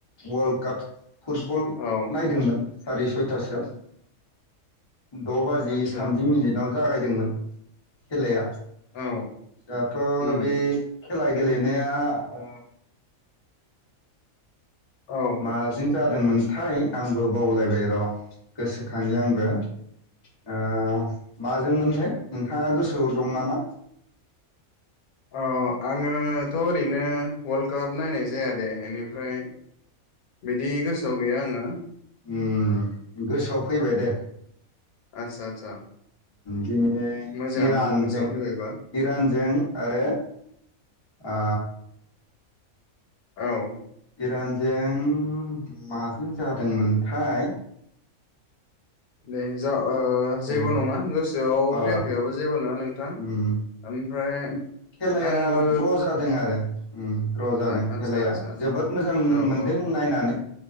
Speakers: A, on the left (about 30°); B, on the left (about 85°).
A: वल्ड काप फुटबल
B: औ
A: नायदोंमोन। सारि सयथासोआव द' बाजि
B: आदसा
A: थामजि मिनिटआव जागायदोंमोन खेलाया।
B: औ
A: जाहाथ'
B: उम
A: बे खेला गेलेनाया ओ
B: औ
A: माजों जादोंमोनथाय आंबो बावलायबाय र' गोसोखांनि आंबो ओ माजोंमोनथाय नोंथाङा गोसोआव दं नामा?
B: अ आङोथ' ओरैनो वाल्ड काप नायनाय जाया दे एनि फ्राय बिदि गोसोआव गैया आङो
A: ओम गोसोआव फैबाय दे।
B: आदसा आदसा
A: दिनै
B: मोजाङानो
A: इरानजों
B: गोसोआव फैबायबा
A: इरानजों आरो आ
B: औ
A: इरानजों माजों जादोंमोनथाय
B: नैजौ ओ जेबो
A: उम
B: नङा गोसोआव
A: अ
B: फैयाखैबाबो जेबो नङा नों
A: उम
B: ओमफ्राय
A: खेलाया
B: आंबो
A: द्र' जादों आरो उम द्र' जादों
B: आ आदसा
A: खेलाया
B: आदसा
A: जोबोद मोजां
B: औ
A: मोनदों
B: औ
A: नायनानै